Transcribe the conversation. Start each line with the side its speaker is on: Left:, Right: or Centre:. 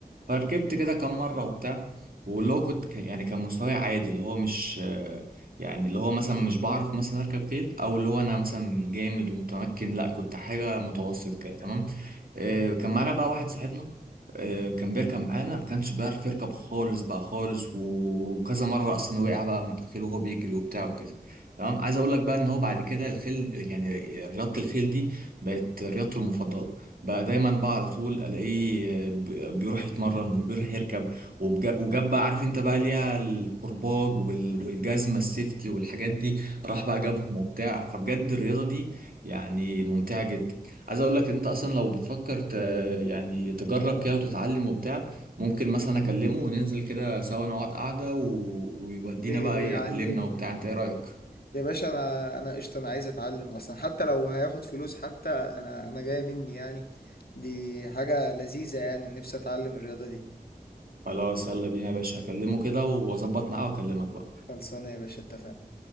Right: فركبت كده كام مره وبتاع واللي هو كنت كان- يعني كان مستواي عادي اللي هو مش آه، يعني اللي هو مثلا مش بعرف مثلا اركب خيل او اللي هو انا مثلا جامد ومتمكن لا كنت حاجه متوسط كده تمام آه، كان معانا بقى واحد صاحبنا آه، كان بيركب معانا ما كانش بيعرف يركب خالص بقى خالص وكذا مره اصلا وقع بقى من على الخيل وهو بيجري وبتاع وكده تمام عايز اقول لك بقى ان هو بعد كده الخيل يعني رياضه الخيل دي بقت رياضته المفضله بقى دايما بقى على طول الاقيه آه، بي- بيروح يتمرن وبيروح يركب وبجا- وجاب بقى عارف انت بقى ليها الكرباج وال- والجزمه السيفتي والحاجات دي راح بقى جابهم وبتاع فبجد الرياضه دي يعني ممتعه جدا عايز اقول لك ان انت اصلا لو بتفكر يعني تجرب
Left: آه،
Right: كده وتتعلم وبتاع ممكن مثلا اكلمه وننزل كده سوا نقعد قعدة و... ويودينا
Left: وي-
Right: بقى
Left: ويعلمني
Right: يعلمنا وبتاع
Left: اه
Right: انت ايه رأيك
Left: يا باشا انا انا قشطه انا عايز اتعلم اصلا حتى لو هياخد فلوس حتى انا انا جايه مني يعني دي حاجه لذيذه يعني نفسي اتعلم الرياضه دي
Right: خلاص يلا بينا يا باشا هكلمه كده واظبط معاه واكلمك بقى
Left: خلصانه يا باشا اتفقنا